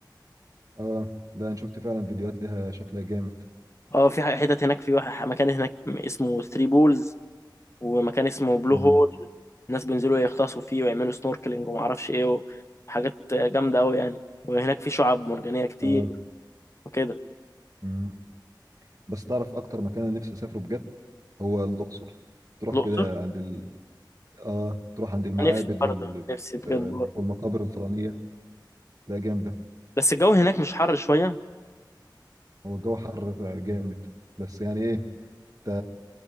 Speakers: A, on the right (about 50°); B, on the left (about 35°).
A: اه ده انا شفت فعلا فيديوهات ليها شكلها جامد
B: اه في ح- حتت هناك في واحد مكان هناك اسمه ثري بولز ومكان اسمه بلو
A: امم
B: هول الناس بينزلوا يغطسوا فيه ويعملوا سنوركلينج وما اعرفش ايه وحاجات جامده قوي يعني وهناك في شعاب مرجانيه كتير
A: اه
B: وكده
A: امم بس تعرف اكتر مكان انا نفسي اسافره بجد هو الاقصر تروح
B: الاقصر
A: كده عند ال... اه تروح عند المعابد
B: نفسي برضه
A: وال...
B: نفسي بجد برضه
A: والمقابر الفرعونية لا جامدة
B: بس الجو هناك مش حر شويه
A: هو الجو حر جامد بس يعني ايه انت